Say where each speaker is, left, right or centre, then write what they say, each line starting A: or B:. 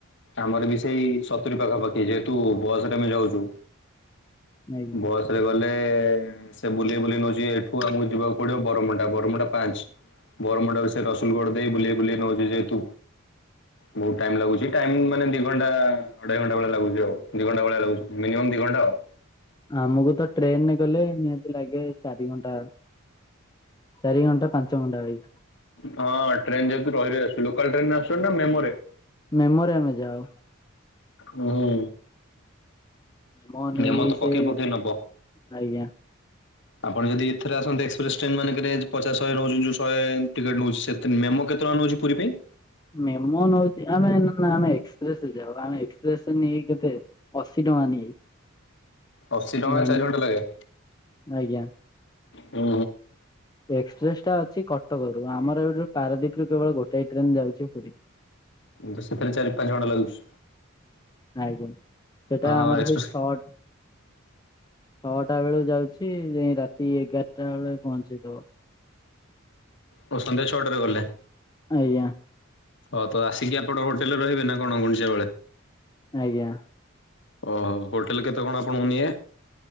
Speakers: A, on the left; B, on the left.
A: ଆମର ବି ସେଇ ସତୁୁରୀ ପାଖାପାଖି। ଯେହେତୁ ବସ ରେ ଆମେ ଯାଉଛୁ।
B: ଆଜ୍ଞା।
A: ବସ୍। ସେରେ ଗଲେ ସେ ବୁଲେଇ ବୁଲେଇ ନଉଛି ଏଠୁ ଆମକୁ ଯିବାକୁ ପଡିବ ବରମୁଣ୍ଡା। ବରମୁଣ୍ଡା ପାଞ୍ଚ। ବରମୁଣ୍ଡାରୁ ସେ ରସୁଲଗଡ ଦେଇ ବୁଲେଇ ବୁଲେଇ ନଉଚି ଯେହେତୁ ବହୁତ ଟାଇମ ଲାଗୁଛି। ଟାଇମ୍ ମାନେ ଦି ଘଣ୍ଟା ଅଢେଇ ଘଣ୍ଟା ଭଳିଆ ଲାଗୁଛି ଆଉ ଦି ଘଣ୍ଟା ଭଳିଆ ଲାଗୁଛି ମିନିମମ୍ ଦି ଘଣ୍ଟା ଆଉ।
B: ଆମକୁ ତ ଟ୍ରେନରେ ଗଲେ ନିହାତି ଲାଗେ ଚାରି ଘଣ୍ଟା। ଚାରି ଘଣ୍ଟା ପାଞ୍ଚ ଘଣ୍ଟା ବାଇ।
A: ହଁ ଟ୍ରେନ୍ ଯେହେତୁ ରହି ରଇ ଆସୁ ଲୋକାଲ ଟ୍ରେନ ଆସଛନ୍ତି ନା ମେମୋରେ?
B: ମେମୋରେ ଆମେ ଯାଉ।
A: ହୁଁ।
B: ମନି
A: ମେମୋ ତ
B: ସେ
A: ପକେଇ ପକେଇ ନବ
B: ଆଜ୍ଞା।
A: ଆପଣ ଯଦି ଏଥରେ ଆସନ୍ତେ ଏକ୍ସପ୍ରେସ ଟ୍ରେନ ମାନଙ୍କରେ ପଚାଶ ଶହେ ନଉଛନ୍ତି ଯୋଉ ଶଏ। ଟିକେଟ ନେଉଛି ସେତି। ମେମୋ କେତେ ଟଙ୍କା ନେଉଛି ପୁରୀ ପାଇଁ?
B: ମେମୋ ନଉଛି ଆମେ ନା ଆମେ ଏକ୍ସପ୍ରେସରେ ଯାଉ। ଆମେ ଏକ୍ସପ୍ରେସରେ ନିଏ କେତେ? ଅଶୀ ଟଙ୍କା ନିଏ।
A: ଅଶୀ ଟଙ୍କା
B: ମେମ୍
A: ଚାରି ଘଣ୍ଟା ଲାଗେ।
B: ଆଜ୍ଞା
A: ହୁଁ
B: ଏକ୍ସପ୍ରେସ ଟା ଅଛି କଟକରୁୁ ଆମର ଏଠୁ ପାରାଦ୍ୱୀପୁ କେବଳ ଗୋଟେ ଟ୍ରେନ ଯାଉଛି ପୁରୀ
A: ତ ସେଥି ଚାରି ପାଞ୍ଚ ଘଣ୍ା ଲାଗୁଛ
B: ଆଜ୍ଞା ସେଟା
A: ହଁ
B: ଆମର
A: ଏକ୍ସପ୍ରେସ୍
B: ସେଇ ଛଅଟା ଛଅଟା ବେଳୁ ଯାଉଛି ରାତି ଏଗାରଟା ବେଳେ ପହଞ୍ଚିଦବ
A: ଓ ସନ୍ଧ୍ୟା ଛଅଟାରେ ଗଲେ
B: ଆଜ୍ଞା
A: ହଁ ତ ଆସିକି ଆପଣଙ୍କ ହୋଟେଲ ରେ ରହିବେ ନା କଣୁଣଛିାବେଳେ
B: ଆଜ୍ଞା
A: ଓୋ ହୋଟେଲ୍ କେତେ କଣ ଆପଣଙ୍କୁ ନିଏ